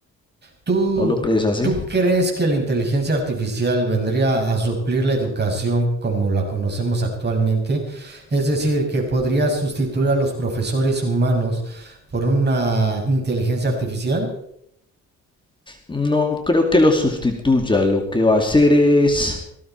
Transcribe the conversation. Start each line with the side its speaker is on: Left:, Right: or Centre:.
Right: ¿Tú,
Left: ¿No lo crees así?
Right: tú crees que la inteligencia artificial vendría a suplir la educación como la conocemos actualmente? Es decir, que podría sustituir a los profesores humanos por una inteligencia artificial?
Left: No creo que lo sustituya. Lo que va a hacer es